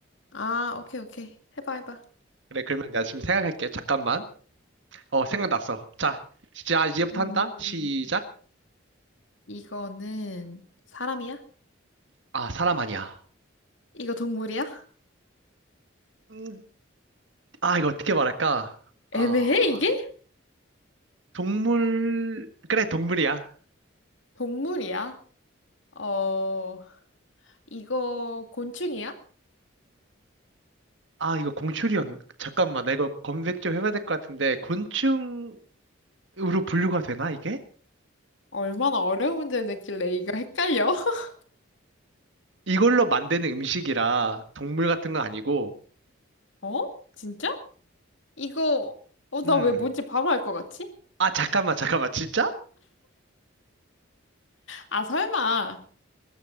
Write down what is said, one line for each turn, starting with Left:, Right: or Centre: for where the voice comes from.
Left: 아, 오케이, 오케이. 해봐, 해봐.
Right: 그래, 그러면 내가 지금 생각할게. 잠깐만. 어, 생각났어. 자, 진짜 이제부터
Left: 음,
Right: 한다. 시작.
Left: 이거는 사람이야?
Right: 아, 사람 아니야.
Left: 이거 동물이야?
Right: 음, 아, 이거 어떻게 말할까? 아,
Left: 애매해, 이게?
Right: 동물, 그래, 동물이야.
Left: 동물이야? 어, 이거 곤충이야?
Right: 아, 이거 공출이었, 잠깐만, 나 이거 검색 좀 해봐야 될 것 같은데, 곤충으로 분류가 되나, 이게?
Left: 얼마나 어려운 문제 냈길래 이거 헷갈려? <laughs>
Right: 이걸로 만드는 음식이라 동물 같은 건 아니고,
Left: 어? 진짜? 이거, 어, 나
Right: 음.
Left: 왜 뭔지 바로 알 것 같지?
Right: 아, 잠깐만, 잠깐만, 진짜?
Left: 아, 설마.